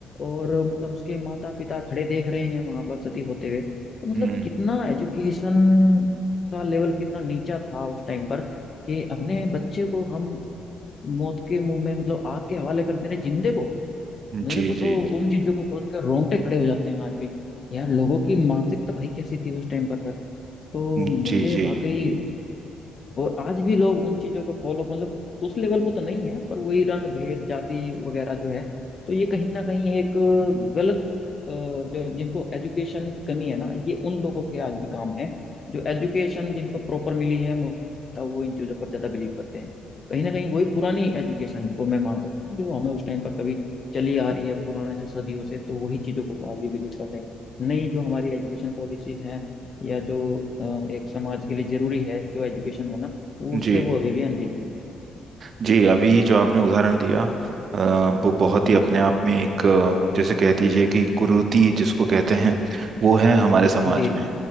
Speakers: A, on the left; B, on the right.
A: और मतलब उसके माता पिता खड़े देख रहे हैं वहां पर सती होते हुए तो मतलब
B: हम्म
A: कितना एजुकेशन का लेवल कितना नीचा था उस टाइम पर कि अपने बच्चे को हम मौत के मुंह में मतलब आग के हवाले कर दे रहे हैं, जिंदे को भाई मेरे
B: जी
A: को तो
B: जी
A: उन चीजों को सोच कर रोंगटे खड़े हो जाते हैं आज भी यार लोगों की मानसिकता भाई कैसी थी उस टाइम पर सर तो
B: जी
A: मुझे
B: जी जी
A: वाकई और आज भी लोग उन चीजों को फॉलो मतलब उस लेवल पर तो नहीं है पर वही रंग भेद जाति वगैरह जो है तो ये कहीं ना कहीं एक गलत अ, जो जिनको एजुकेशन की कमी है ना ये उन लोगों के आज भी काम है जो एजुकेशन जिनको प्रॉपर मिली है मुझे लगता है वो इन चीजों पर ज्यादा बिलीव करते हैं कहीं ना कहीं वही पुरानी एजुकेशन को मैं मान सकता हूँ जो हमें उस टाइम पर कभी चली आ रही है पुराने से सदियों से तो वही चीजों को वो आज भी बिलीव कर रहे हैं नई जो हमारी एजुकेशन पॉलिसीज हैं या जो अ, एक समाज के लिए जरूरी है जो एजुकेशन होना वो उससे
B: जी
A: वो अभी भी अनभिज्ञ है
B: जी अभी जो आपने उदाहरण दिया अ, वो बहुत ही अपने
A: जी
B: आप में एक अ, जैसे कह दीजिए कि कुरीति जिसको कहते हैं वो है हमारे समाज
A: जी
B: में
A: जी